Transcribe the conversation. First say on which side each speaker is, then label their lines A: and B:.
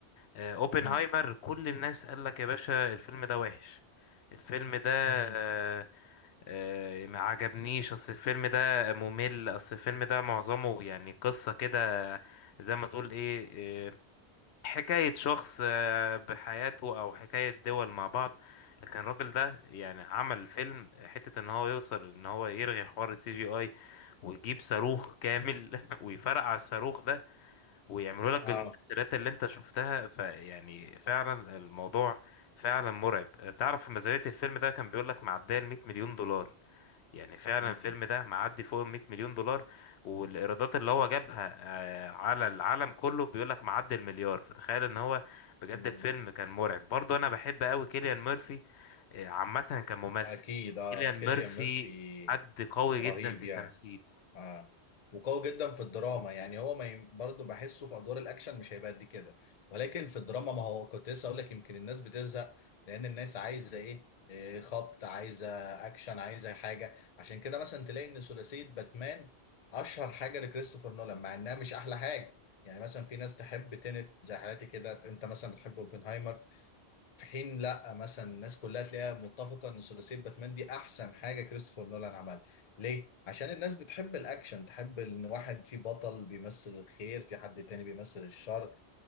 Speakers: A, on the left; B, on the left.
A: آه، اوبنهايمر
B: مم.
A: كل الناس قال لك يا باشا الفيلم ده وحش الفيلم ده
B: مم.
A: آه، آه، ما عجبنيش اصل الفيلم ده ممل اصل الفيلم ده معظمه يعني قصة كده زي ما تقول ايه آه، حكاية شخص آه، بحياته او حكاية دول مع بعض لكن الراجل ده يعني عمل فيلم حتة ان هو يوصل ان هو يرغي حوار السي جي اي ويجيب صاروخ كامل <laughs> ويفرقع الصاروخ ده ويعملوا لك بالمؤثرات
B: اه
A: اللي انت شفتها فيعني فعلا الموضوع فعلا مرعب تعرف في ميزانية الفيلم ده كان بيقول لك معدية ال 100 مليون دولار يعني فعلا
B: مم.
A: الفيلم ده معدي فوق ال 100 مليون دولار والايرادات اللي هو جابها آه، على العالم كله بيقول لك معدي المليار فتخيل ان هو بجد
B: مم.
A: الفيلم كان مرعب برضه انا بحب قوي كيليان ميرفي آه، عامة كممثل
B: اكيد اه
A: كيليان
B: كيليان
A: ميرفي
B: ميرفي
A: حد قوي
B: رهيب
A: جدا في
B: يعني
A: التمثيل
B: آه. وقوي جدا في الدراما يعني هو ما ي... برضه بحسه في ادوار الاكشن مش هيبقى قد كده ولكن في الدراما ما هو كنت لسه اقول لك يمكن الناس بتزهق لان الناس عايزه ايه إيه، خبط عايزه اكشن عايزه حاجه عشان كده مثلا تلاقي ان ثلاثيه باتمان اشهر حاجه لكريستوفر نولان مع انها مش احلى حاجه يعني مثلا في ناس تحب تينت زي حالاتي كده انت مثلا بتحب اوبنهايمر في حين لا مثلا الناس كلها تلاقيها متفقه ان ثلاثيه باتمان دي احسن حاجه كريستوفر نولان عملها ليه عشان الناس بتحب الاكشن تحب ان واحد في بطل بيمثل الخير في حد تاني بيمثل الشر